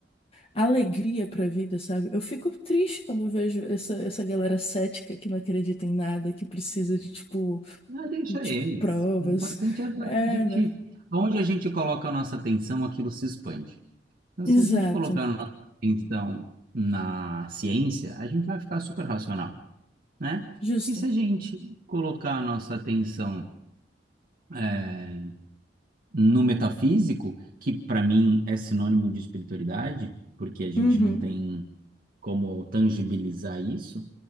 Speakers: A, on the left; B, on the right.
A: alegria para a vida, sabe? Eu fico triste quando eu vejo essa, essa galera cética que não acredita em nada, que precisa de tipo,
B: Não, deixa
A: tipo
B: eles.
A: provas.
B: O importante é a
A: É,
B: gente.
A: né?
B: Onde a gente coloca a nossa atenção, aquilo se expande. Então,
A: Exato.
B: se a gente colocar a nossa atenção na ciência, a gente vai ficar super racional, né?
A: Justo.
B: E se a gente colocar a nossa atenção. é, no metafísico, que para mim é sinônimo de espiritualidade, porque a gente
A: Uhum.
B: não tem como tangibilizar isso,